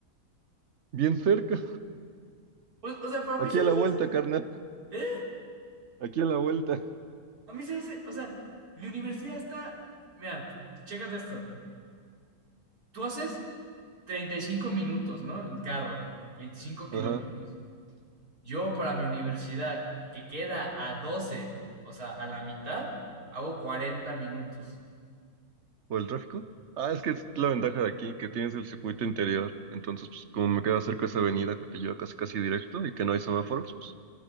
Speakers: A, on the right (about 55°); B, on the right (about 75°).
A: Bien cerca,
B: O, o sea, para
A: aquí
B: mí se me
A: a la
B: hace...
A: vuelta, carnal,
B: ¿Eh?
A: aquí a la vuelta.
B: A mí se me hace... O sea, mi universidad está... Mira, p- chécate esto. Tú haces 35 minutos, ¿no? En carro, veinticinco kilómetros.
A: Ajá.
B: Yo para mi universidad, que queda a doce o sea, a la mitad, hago 40 minutos.
A: ¿O el tráfico? Ah, es que es la ventaja de aquí, que tienes el circuito interior. Entonces, pues, como me queda cerca esa avenida que te lleva casi casi directo y que no hay semáforos, pues